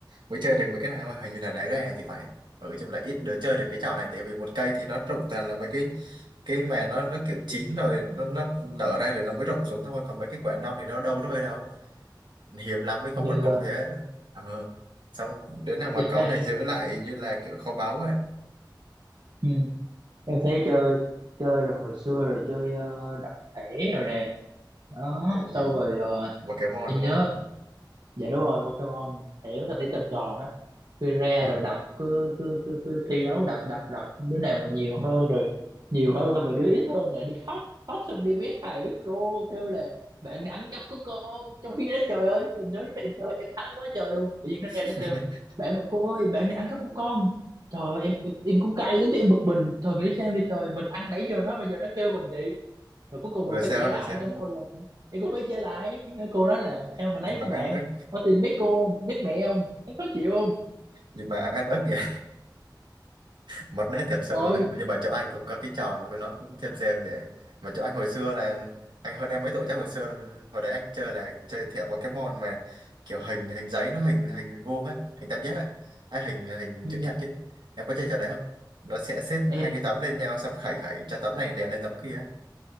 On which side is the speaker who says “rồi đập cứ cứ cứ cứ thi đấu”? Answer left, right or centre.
Right